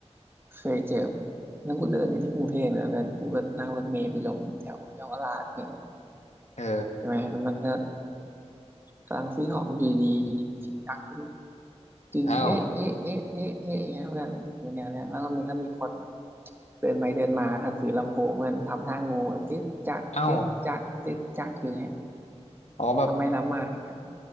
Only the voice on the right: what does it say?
เคยเจอแั้งกูเดินอยู่ที่กรุงเทพเนี่ยเพื่อนกูก็นั่งรถเมล์ไปลงแถวเยาวราชเพื่อน
ใช่ไหมแล้วมันก็ กำลังซื้อของอยู่ดีอยู่ดีมีเสียงดังขึ้นจึงเอ๊ะเอ๊ะเอ๊ะเอ๊ะเอ๊ะอย่างเงี้ยเพื่อนอยู่แนวเนี้ยแล้วก็มันก็มีคนแบบ
เดินไปเดินมาถ้าถือลำโพงมันทำท่างูอะจึ๊กจักจึ๊กจักจึ๊กจักอยู่เงี้ย
ทำไปทำมาเนี่ย